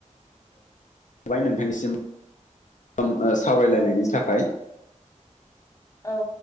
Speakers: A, on the left (about 75°); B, on the left (about 25°).
A: थाबाय नोंथांनिसिम फ्राम ओ सावरायलायनायनि
B: औ गोजोन्थों
A: थाखाय।
B: औ